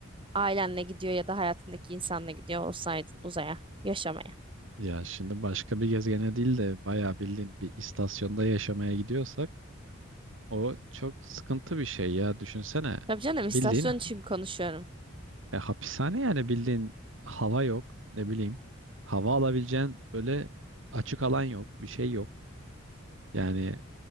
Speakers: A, on the right (about 25°); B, on the right (about 70°).
A: Ailenle gidiyor ya da hayatındaki insanla gidiyor olsaydın uzaya yaşamaya.
B: Ya şimdi başka bir gezegene değil de bayağı bildiğin bir istasyonda yaşamaya gidiyorsak o çok sıkıntı bir şey ya. Düşünsene
A: Tabii canım istasyon
B: bildiğin
A: için konuşuyorum.
B: e, hapishane yani bildiğin hava yok ne bileyim. Hava alabileceğin böyle açık alan yok bir şey yok. Yani